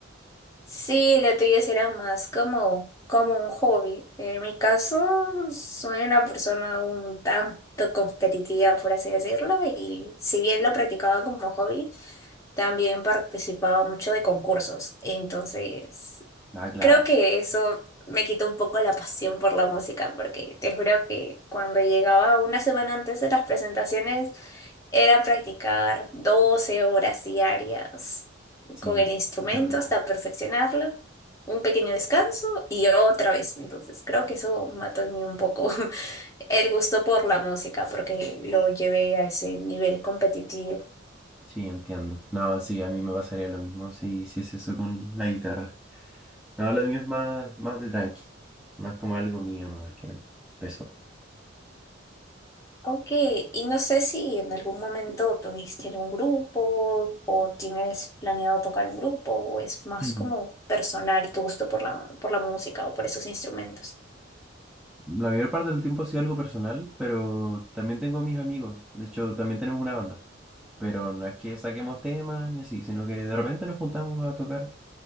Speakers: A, on the left; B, in the centre.
A: sí, la tuya será más como, como un hobby. En mi caso, soy una persona un tanto competitiva, por así decirlo, y si bien lo practicaba como hobby, también participaba mucho de concursos. Entonces,
B: Ah, claro,
A: creo que eso me quitó un poco la pasión por la música, porque te juro que cuando llegaba una semana antes de las presentaciones, era practicar 12 horas diarias
B: sí,
A: con el instrumento
B: mucha presión.
A: hasta perfeccionarlo, un pequeño descanso y otra vez. Entonces, creo que eso mató en mí un poco <laughs> el gusto por la música, porque lo llevé a ese nivel competitivo.
B: Sí, entiendo. No, sí, a mí me pasaría lo mismo si si es eso con la guitarra. No, lo mío es más, más de tranqui, más como algo mío, ¿no? Es que empezó.
A: Ok, y no sé si en algún momento tuviste algún grupo o tienes planeado tocar un grupo o es más
B: Mm.
A: como personal tu gusto por la, por la música o por esos instrumentos.
B: La mayor parte del tiempo ha sido algo personal, pero también tengo mis amigos. De hecho, también tenemos una banda. Pero no es que saquemos temas ni así, sino que de repente nos juntamos a tocar